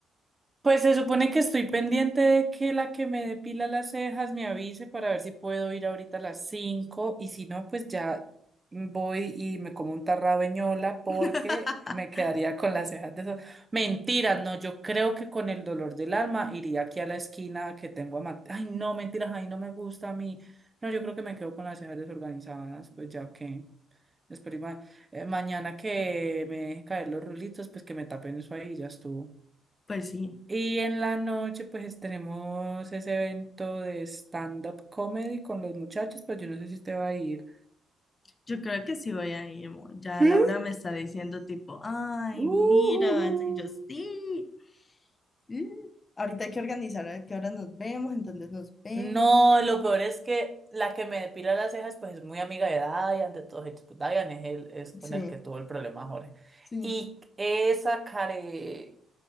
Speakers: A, on the right; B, on the left.
A: Pues se supone que estoy pendiente de que la que me depila las cejas me avise para ver si puedo ir ahorita a las 5 y si no, pues ya voy y me como un tarrabeñola porque
B: <laughs>
A: me quedaría con las cejas de esas. Mentira, no, yo creo que con el dolor del alma iría aquí a la esquina que tengo a Mateo. Ay, no, mentiras, ay, no me gusta a mí. No, yo creo que me quedo con las cejas desorganizadas, pues ya que. Espero y ma- eh, mañana que me deje caer los rulitos, pues que me tapen eso ahí, ya estuvo.
B: Pues sí,
A: Y en la noche, pues tenemos ese evento de stand-up comedy con los muchachos, pero yo no sé si te va a ir.
B: yo creo que sí voy a ir, amor. Ya
A: ¿Sí?
B: Laura me está diciendo tipo, ay,
A: Ujujú.
B: mira, vas a ir". Y yo sí. "Sí". Ahorita hay que organizar a qué hora nos vemos, entonces nos vemos.
A: No, lo peor es que la que me depila las cejas, pues es muy amiga de Dayan, de todos hechos. Pues Dayan es, el, es con
B: Sí,
A: el que tuvo el problema Jorge.
B: sí.
A: Y esa care.